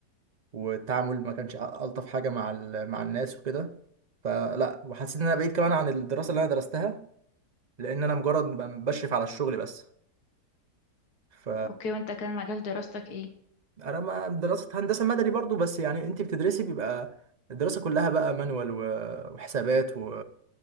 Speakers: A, on the right; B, on the left.
A: والتعامل ما كانش الطف حاجه مع ال... مع الناس وكده فلا وحسيت ان انا بعيد كمان عن الدراسه اللي انا درستها لان انا مجرد ب- بشرف على الشغل بس ف
B: اوكي وانت كان مجال دراستك ايه
A: انا ما دراسه هندسه مدني برضو بس يعني انت بتدرسي بيبقى الدراسه كلها بقى مانوال و- وحسابات و...